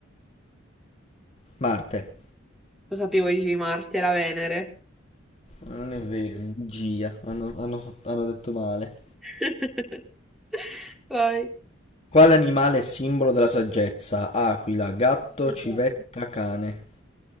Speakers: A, on the left; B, in the centre.
A: Marte.
B: Lo sapevo, dicevi Marte, era Venere.
A: Non è vero, bugia. Hanno, hanno fatto- hanno detto male.
B: <laughs> Vai.
A: Quale animale è simbolo della saggezza? Aquila, gatto,
B: Gufo.
A: civetta, cane.